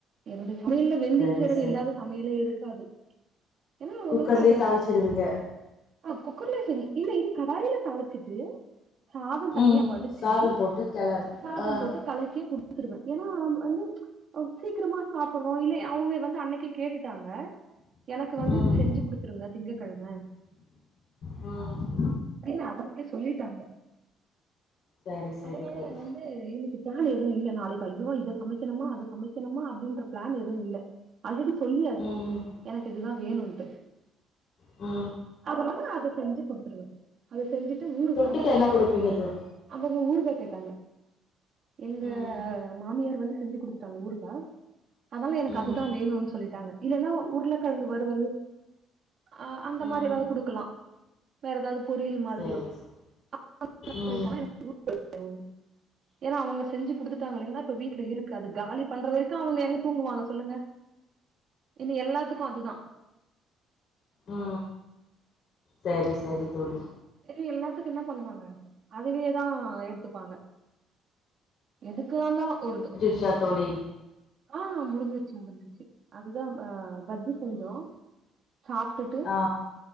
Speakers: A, on the right; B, on the left.
A: என்னுடைய சமயல்ல வெந்திய
B: சரி
A: சீரக
B: சரி
A: இல்லாத சமையலே இருக்காது ஏன்னா அவுங்களுக்கு
B: குக்கர்லயே
A: அது
B: தாளிச்சிடுவீங்க
A: ஆ குக்கர்லே சரி இல்ல இது கடாயில தாளிச்சிட்டு சாதம் தனியா
B: ம்
A: வடிச்சு
B: சாதம் போட்டு கெளறு
A: சாதம்
B: ஆ
A: போட்டு கலக்கி குடுத்துருவே ஏனா வந்து அவுங் சீக்கிரமா சாப்பர்றோ இல்லை அவுங்க வந்து அன்னைக்கே கேட் டாங்க எனக்கு வந்து
B: ம்
A: இது செஞ்சு குடுத்துருங்க திங்க கெழம
B: ஆ
A: அப்டினு அவுங்களே சொல்லிட்டாங்க
B: சரி சரி
A: அதனால
B: தோழி
A: வந்து க்கு இன்னைக்கு பிளான் எது இல்ல நாளைக்கு அய்யோ இத சமைக்கணுமா அத சமைக்கணுமா அப்டின்ற பிளான் எது இல்ல ஆல்ரெடி சொல்லியாச்சு
B: ம்
A: எனக்கு இதுதா வேணும்ன்ட்டு
B: ஆ
A: அதனால அத செஞ்சு குடுத்துருவே அத செஞ்சுட்டு ஊருகானா
B: தொட்டுக்க என்ன குடுப்பீங்க தோழி
A: அவங்க ஊருகா கேட்டாங்க எங்க
B: ம்
A: மாமியார் வந்து செஞ்சு குடுத்துட்டாங்க ஊருகா அதனால எனக்கு
B: ம்
A: அதுதா வேணும்னு சொல்லிட்டாங்க இல்லன்னா உருளக்கெழங்கு வருவல் அ அந்த
B: ம்
A: மாரி ஏதாவது குடுக்கலா வேற ஏதாவது பொரியல் மாதிரியோ
B: சரி
A: <inaudible>
B: சரி
A: <unintelligible>
B: ம்
A: ஏன்னா அவங்க <inaudible> ஏன்னா அவங்க செஞ்சு குடுத்துட்டாங்க இல்லிங்கலையா இப்ப வீட்ல இருக் காது காலி பண்ற வரைக்கு அவங்க எப்டி தூங்குவாங்க சொல்லுங்க ஏன எல்லாத்துக்கு அதுதா
B: ஆ சரி சரி தோழி
A: ஏ எல்லாத்துக்கு என்ன பண்ணுவாங்க அதுவேதா எடுத்துப்பாங்க எதுக்காருந்தாலு ஒருது
B: ச்சா தோழி
A: ஆ முடிஞ்சிருச்சு முடிஞ்சிருச்சு அதுதா அ பஜ்ஜி செஞ்சோ
B: ம்
A: சாப் போட்டு
B: ஆ